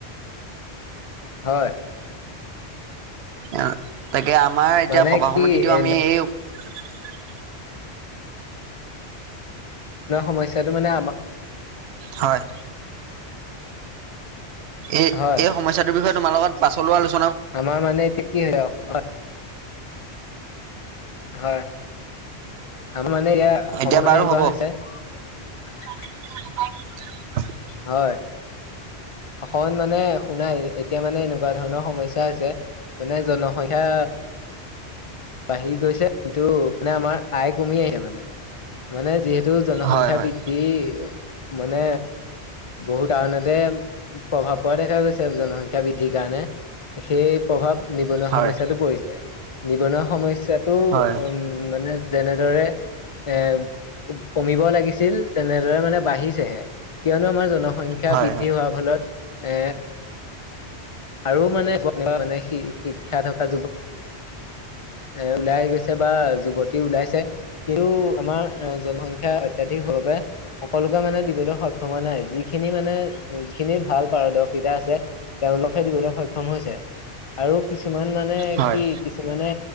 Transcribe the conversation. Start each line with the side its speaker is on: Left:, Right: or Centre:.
Left: হয়
Right: অহ তাকে আমাৰ এতিয়া
Left: মানে
Right: সভা
Left: কি
Right: সমিতিটো
Left: এ
Right: আমি এই <unintelligible>
Left: সমস্যাটো মানে আমাৰ
Right: হয় এই
Left: হয়
Right: এই সমস্যাটোৰ বিষয়ে তোমাৰ লগত পাচলোৱা <unintelligible>
Left: আমাৰ মানে এতিয়া কি হয় অ হয় আমাৰ মানে এয়া
Right: এতিয়া
Left: সময় মানে
Right: বাৰু
Left: এনেকুৱা
Right: হ'ব
Left: হৈছে
Right: <inaudible>
Left: হয় অ মানে শুনাই এতিয়া মানে এনেকুৱা ধৰণৰ সমস্যা আছে মানে জনসংখ্যা বাঢ়ি গৈছে কিন্তু মানে আমাৰ আয় কমি আহে মানে মানে যিহেতু এইটো জনসংখ্যা
Right: হয় হয়
Left: বৃদ্ধি মানে বহু কাৰণতে প্ৰভাৱ পোৱা দেখা গৈছে জনসংখ্যা বৃদ্ধিৰ কাৰণে সেই প্ৰভাৱ নিবনুৱা
Right: হয়
Left: সমস্যাটো পৰিছে নিবনুৱা সমস্যাটো
Right: হয়
Left: উম মানে যেনেদৰে এ কমিব লাগিছিল তেনেদৰে মানে বাঢ়িছেহে কিয়নো আমাৰ জন সংখ্যা
Right: হয়
Left: বৃদ্ধি
Right: হয়
Left: হোৱাৰ ফলত এ আৰু মানে নো মানে শিক্ষা থকা যুৱ এ ওলাই গৈছে বা যুৱতী ওলাইছে কিন্তু আমাৰ এ জনসংখ্যা অত্যাধিক হোৱাৰ বাবে সকলোকে মানে দিবলৈ সক্ষম হয় নাই যিখিনি মানে খিনি ভাল পাৰদৰ্শিতা আছে তেওঁলোক দিবলৈ সক্ষম হৈছে আৰু কিছুমান কিছুমান মানে
Right: হয়
Left: কি কিছুমানে।